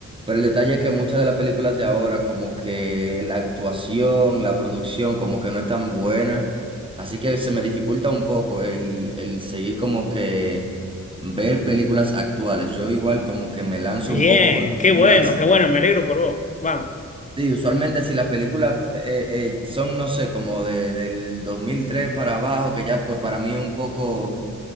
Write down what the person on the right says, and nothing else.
Pero el detalle es que muchas de las películas de ahora, como que la actuación, la producción, como que no es tan buena. Así que se me dificulta un poco el, el seguir como que ver películas actuales. Yo igual como que me lanzo
un poco por películas.
Sí, usualmente si las películas eh, eh, son, no sé, como de, del 2003 para abajo, que ya pues para mí es un poco